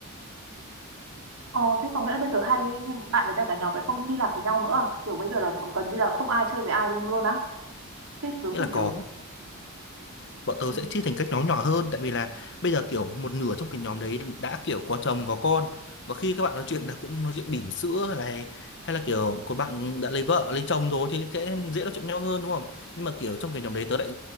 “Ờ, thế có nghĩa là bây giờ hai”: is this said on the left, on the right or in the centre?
Right